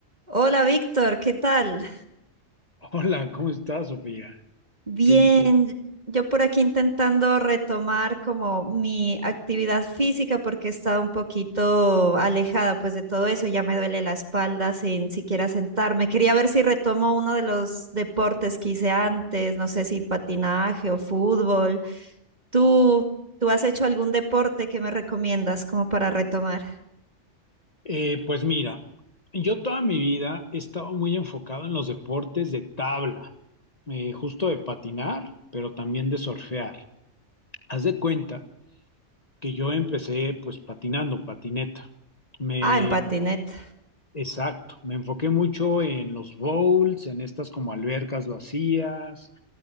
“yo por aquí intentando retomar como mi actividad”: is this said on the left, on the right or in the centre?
Right